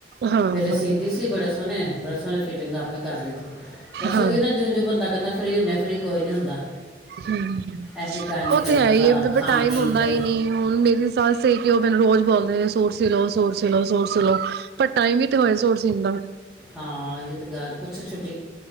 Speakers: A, on the right; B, in the centre.
A: ਹਾਂ
B: ਪਹਿਲੇ
A: ਹਾਂ
B: ਸੀਂਦੀ ਸੀ, ਬੜੇ ਸੋਹਣੇ- ਬੜੇ ਸੋਹਣੇ ਫਿਟਿੰਗ ਆਪੇ ਕਰ ਲਈ ਜ ਬਸ
A: ਹਾਂ
B: ਉਹੀ ਨਾ ਜਿਉ-ਜਿਉ ਬੰਦਾ ਕਹਿੰਦਾ ਫਰੀ ਹੁਨੇ ਆ, ਫ੍ਰਰੀ ਕੋਈ ਨਹੀਂ ਹੁੰਦਾ।
A: ਹੂੰ।
B: ਇੰਜ ਟਾਈਮ ਨਿਕਲ
A: ਉਹ ਤੇ
B: ਜਾਂਦਾ
A: ਹੈ
B: ਸਾਰਾ
A: ਹੀ
B: ਖਾਣ
A: ਟਾਈਮ
B: ਪੀਣ
A: ਹੁੰਦਾ
B: ਤੇ
A: ਹੀ ਨੀ, ਹੁਣ ਮੇਰੀ ਸੱਸ ਐ ਔਦੇ ਨਾਲ ਰੋਜ਼ ਬੋਲਦੇ ਸੂਟ ਸੀ ਲੋ, ਸੂਟ ਸੀ ਲੋ। ਸੂਟ ਸੀ ਲੋ, ਸੂਟ ਸੀ ਲੋ ਪਰ ਟਾਈਮ ਹੀ ਤੇ ਹੋਏ ਸੂਟ ਸੀਨ ਦਾ।
B: ਹਾਂ ਇਹ ਗੱਲ ਕੁਛੁਟੀ